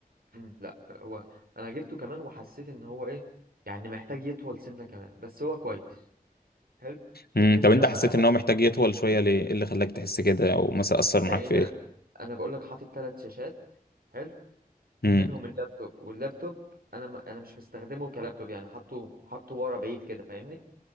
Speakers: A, on the right (about 75°); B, on the left (about 80°).
A: مم. لا هو أنا جبته كمان وحسيت إن هو إيه يعني محتاج يطول سنة كمان بس هو كويس حلو
B: امم
A: بالنسبة
B: طب انت حسيت
A: بقى
B: ان هو محتاج يطول شوية ليه ايه اللي خلاك تحس كده او مثلا اثر
A: لأن
B: معاك في ايه
A: أنا أنا بقول لك حاطط ثلاث شاشات حلو
B: امم
A: منهم اللابتوب واللابتوب أنا م... أنا مش مستخدمه كلابتوب يعني حاطه حاطه ورا بعيد كده فاهمني